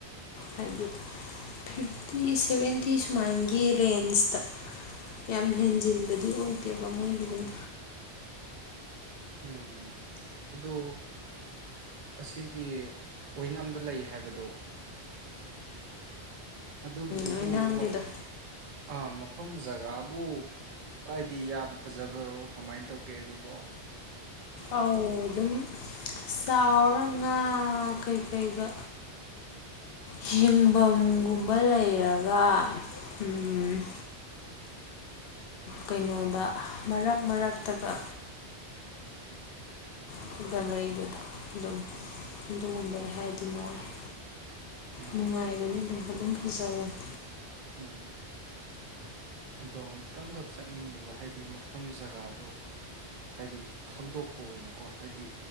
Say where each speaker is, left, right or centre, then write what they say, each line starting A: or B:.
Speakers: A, on the left (about 65°); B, on the right (about 50°).
A: ꯍꯥꯏꯗꯤ ꯐꯤꯐꯇꯤ ꯁꯦꯚꯦꯟꯇꯤ ꯁꯨꯃꯥꯏꯟꯒꯤ ꯔꯦꯟꯖꯇ ꯌꯥꯝ ꯍꯦꯟꯖꯤꯟꯕꯗꯤ ꯑꯣꯏꯗꯦꯕ ꯃꯣꯏꯒꯤꯗꯅ
B: ꯎꯝ ꯑꯗꯨ ꯑꯁꯤꯒꯤ ꯑꯣꯏꯅꯥꯝꯗ ꯂꯩ ꯍꯥꯏꯕꯗꯣ ꯑꯗꯨꯒꯤꯗꯨꯕꯨ
A: ꯑꯣꯏꯅꯥꯝꯒꯤꯗꯣ
B: ꯃ ꯑꯥ ꯃꯐꯝ ꯖꯒꯥꯕꯨ ꯍꯥꯏꯗꯤ ꯌꯥꯝ ꯐꯖꯕꯔꯣ ꯀꯃꯥꯏꯅ ꯇꯧꯒꯦ ꯑꯗꯨꯕꯣ
A: ꯑꯧ ꯑꯗꯨꯝ ꯆꯥꯎꯔ ꯉꯥ ꯀꯩꯀꯩꯗ ꯍꯤꯡꯐꯝꯒꯨꯝꯕ ꯂꯩꯔꯒ ꯎꯝ ꯀꯩꯅꯣꯗ ꯃꯔꯛ ꯃꯔꯛꯇꯒ
B: <unintelligible>
A: ꯑꯗꯨꯒ ꯂꯩꯕꯗꯣ ꯑꯗꯨꯝ ꯑꯗꯨꯒꯨꯝꯕꯩ ꯍꯥꯏꯔꯗꯤ ꯅꯨꯡꯉꯥꯏ
B: ꯎꯝ
A: ꯅꯨꯡꯉꯥꯏꯕꯅꯤ ꯑꯗꯨꯝ ꯑꯗꯨꯨꯝ ꯐꯖꯕꯅꯦ
B: ꯎꯝ ꯑꯗꯣ ꯑꯃꯨꯇꯪꯈꯛ ꯆꯠꯅꯤꯡꯉꯤꯕ ꯍꯥꯏꯗꯤ ꯃꯐꯝ ꯖꯒꯥꯗꯣ ꯍꯥꯏꯗꯤ ꯈꯪꯗꯣꯛꯄ ꯑꯣꯏꯅꯀꯣ ꯍꯥꯏꯗꯤ